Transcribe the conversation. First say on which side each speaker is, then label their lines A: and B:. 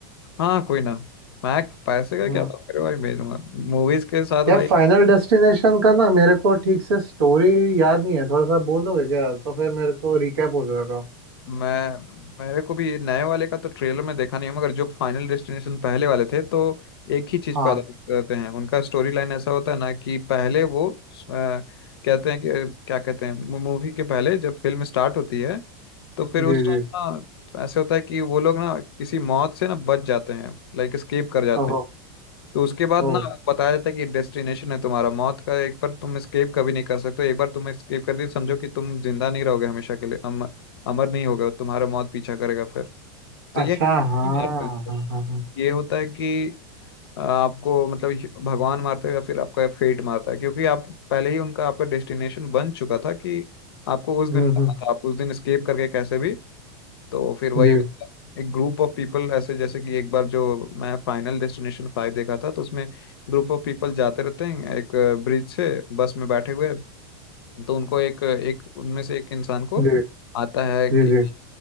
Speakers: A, on the left; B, on the right.
A: हाँ कोई ना मैं पैसे का
B: हम्म
A: क्या बात कर रहे हो भाई मेरे मूवीज के साथ
B: यार
A: भाई
B: फाइनल डेस्टिनेशन का ना मेरे को ठीक से स्टोरी याद नहीं है थोड़ा सा बोल दोगे क्या तो फिर मेरे को रिकैप हो जाएगा
A: मैं मेरे को भी नए वाले का तो ट्रेलर में देखा नहीं है मगर जो फाइनल डेस्टिनेशन पहले वाले थे तो एक ही चीज
B: हाँ
A: पे आधारित रहते हैं उनका स्टोरी लाइन ऐसा होता है ना कि पहले वो अ, कहते हैं कि क्या कहते हैं मूवी के पहले जब फिल्म स्टार्ट होती है तो फिर
B: जी
A: उस
B: जी
A: टाइम ना ऐसे होता है कि वो लोग ना किसी मौत से ना बच जाते हैं लाइक एस्केप कर जाते
B: ओहो
A: हैं तो उसके बाद
B: ओह
A: ना बताया जाता है कि डेस्टिनेशन है तुम्हारा मौत का एक बार तुम एस्केप कभी नहीं कर सकते हो। एक बार तुम एस्केप कर दी समझो कि तुम जिंदा नहीं रहोगे हमेशा के लिए अम, अमर नहीं होगा तुम्हारा मौत पीछा करेगा फिर तो
B: अच्छा
A: ये नहीं
B: हाँ
A: मारते हैं इसको।
B: हाँ हाँ हाँ
A: ये होता है कि आ, आपको मतलब ये भगवान मारता है या फिर आपका फेट मारता है क्योंकि आप पहले ही उनका आपका डेस्टिनेशन बन चुका था कि आपको उस दिन
B: हम्म
A: मारना
B: हम्म
A: था आप उस दिन एस्केप करके कैसे भी तो फिर वही
B: जी
A: होता है। एक ग्रुप ऑफ पीपल ऐसे जैसे कि एक बार जो मैं फाइनल डेस्टिनेशन फाइव देखा था तो उसमें ग्रुप ऑफ पीपल जाते रहते हैं एक ब्रिज से बस में बैठे हुए तो उनको एक एक उनमें से एक इंसान को
B: जी
A: आता है कि
B: जी जी